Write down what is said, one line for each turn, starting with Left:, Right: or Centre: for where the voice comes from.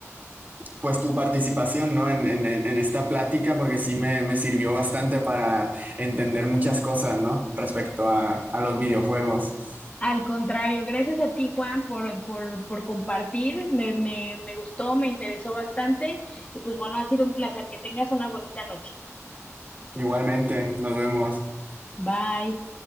Right: pues tu participación, ¿no? En, en- en esta plática, porque sí me, me sirvió bastante para entender muchas cosas, ¿no? Respecto a, a los videojuegos.
Left: Al contrario, gracias a ti, Juan, por, por, por compartir. Me, me, me gustó, me interesó bastante y pues bueno, ha sido un placer. Que tengas una bonita noche.
Right: Igualmente, nos vemos.
Left: Bye.